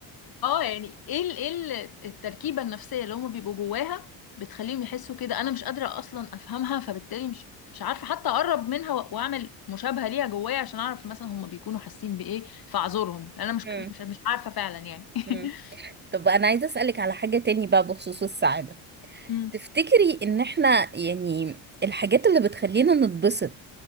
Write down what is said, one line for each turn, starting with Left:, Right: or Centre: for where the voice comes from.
Left: اه يعني ايه ال- ايه ال- التركيبة النفسية اللي هم بيبقوا جواها بتخليهم يحسوا كده انا مش قادرة اصلا افهمها فبالتالي مش مش عارفة حتى اقرب منها و- واعمل مشابهة ليها جوايا عشان اعرف مثلا هم بيكونوا حاسين بايه فاعذرهم يعني انا مش
Right: مم.
Left: مش مش عارفة فعلا يعني <laughs>
Right: مم. طب انا عايزة اسألك على حاجة تاني بقى بخصوص السعادة
Left: مم.
Right: تفتكري ان احنا يعني الحاجات اللي بتخلينا نتبسط